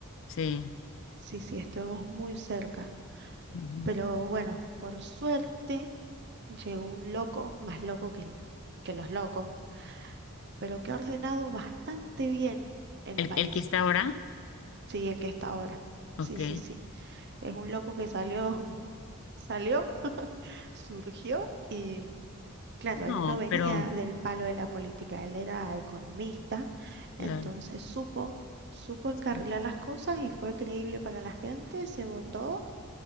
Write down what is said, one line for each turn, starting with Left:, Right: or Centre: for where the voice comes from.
Left: sí.
Right: Sí, sí, estuvimos muy cerca.
Left: ujú.
Right: Pero bueno, por suerte llegó un loco, más loco que, el- que los locos, pero que ha ordenado bastante bien el
Left: ¿El,
Right: país.
Left: el que está ahora?
Right: Sí, el que está ahora.
Left: Ok.
Right: Sí, sí, sí. Es un loco que salió, <laughs> salió, surgió y claro,
Left: No,
Right: él no venía
Left: pero,
Right: del palo de la política, él era economista,
Left: claro,
Right: entonces supo, supo encarrilar
Left: sí,
Right: las cosas y fue creíble para la gente, se votó